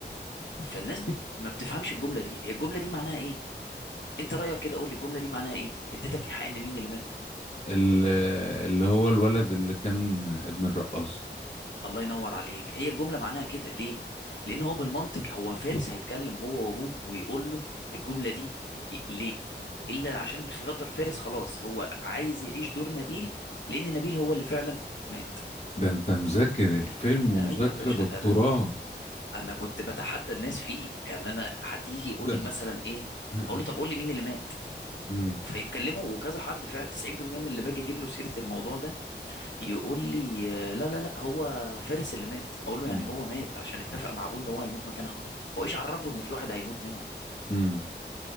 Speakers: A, on the left; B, on the left.
A: فالناس بت... ما بتفهمش الجمله دي هي الجمله دي معناها ايه انت رايك كده قول لي الجمله دي معناها ايه اديتك ايحاء ان مين اللي مات
B: ال- اللي هو الولد اللي كان ابن الرقاصة
A: الله ينور عليك هي الجمله معناها كده ليه لان هو بالمنطق هو فارس هيتكلم هو وابوه ويقول له الجمله دي ي- ليه الا عشان خاطر فارس خلاص هو عايز يعيش دور نبيل لان نبيل هو اللي فعلا مات
B: ده انت مذاكر الفيلم
A: لا
B: ومذاكرة
A: يا باشا
B: دكتوراه
A: ده انا انا كنت بتحدى الناس فيه يعني انا حد يجي يقول
B: ده
A: لي
B: انت
A: مثلا ايه
B: <laughs>
A: اقول له طب قول لي مين اللي مات
B: امم
A: فيتكلموا وكذا حد فعلا 90% من اللي باجي اجيب له سيره الموضوع ده يقول لي آه، لا لا لا هو فارس اللي مات اقول له
B: امم
A: يعني هو مات عشان اتفق مع ابوه ان هو هيموت مكان اخوه هو ايش عرفه ان في واحد هيموت منهم
B: امم